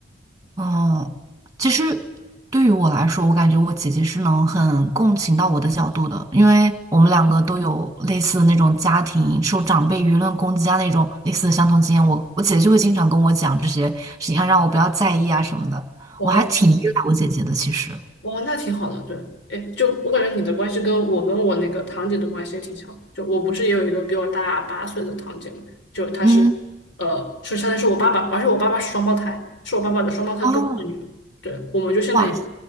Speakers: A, on the right; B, on the left.
A: 哦，其实对于我来说，我感觉我姐姐是能很共情到我的角度的，因为我们两个都有类似的那种家庭受长辈舆论攻击啊那种类似的相同经验。我我姐姐就会经常跟我讲这些事情啊，让我不要在意啊什么的。
B: 哦。
A: 我还挺依赖我姐姐的，其实。
B: 哇，那挺好的，对，哎，就我感觉你的关系跟我跟我那个堂姐的关系也挺像，就我不是也有一个比我大八岁的堂姐嘛，就她是，
A: 嗯，
B: 呃，是相当于是我爸爸，而且我爸爸是双胞胎，是我爸爸的双胞胎哥哥的女儿，
A: 哦，
B: 对，我们就现在也是，
A: 哇